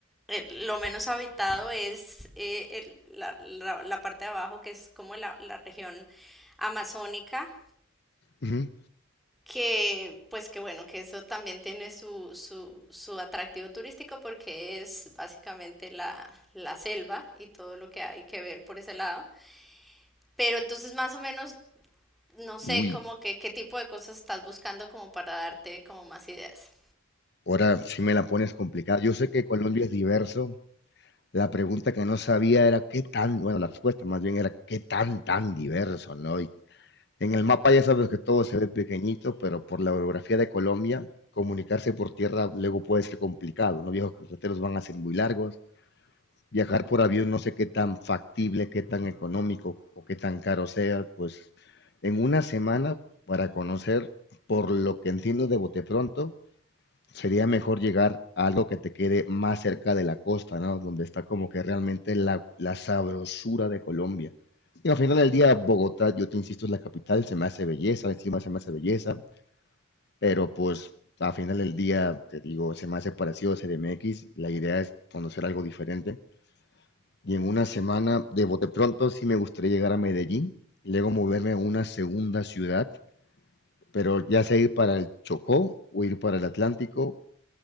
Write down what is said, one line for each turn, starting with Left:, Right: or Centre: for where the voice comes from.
Centre: Eh, lo menos habitado es eh, el- la, la- la parte de abajo, que es como la, la región amazónica,
Left: ujú.
Centre: que pues que bueno, que eso también tiene su, su, su atractivo turístico porque es básicamente la, la selva y todo lo que hay que ver por ese lado. Pero entonces más o menos, no sé,
Left: Uy.
Centre: como que qué tipo de cosas estás buscando como para darte como más ideas.
Left: Ahora sí me la pones complicada. Yo sé que Colombia es diverso. La pregunta que no sabía era qué tan, bueno, la respuesta más bien era qué tan, tan diverso, ¿no? Y en el mapa ya sabes que todo se ve pequeñito, pero por la orografía de Colombia, comunicarse por tierra luego puede ser complicado, ¿no? Viejos carreteros van a ser muy largos. Viajar por avión no sé qué tan factible, qué tan económico o qué tan caro sea, pues en una semana para conocer, por lo que entiendo de bote pronto, sería mejor llegar a algo que te quede más cerca de la costa, ¿no? Donde está como que realmente la, la sabrosura de Colombia. Y al final del día, Bogotá, yo te insisto, es la capital, se me hace belleza, encima se me hace belleza, pero pues al final del día, te digo, se me hace parecido a CDMX, la idea es conocer algo diferente. Y en una semana, de bote pronto, sí me gustaría llegar a Medellín, y luego moverme a una segunda ciudad, pero ya sea ir para el Chocó o ir para el Atlántico,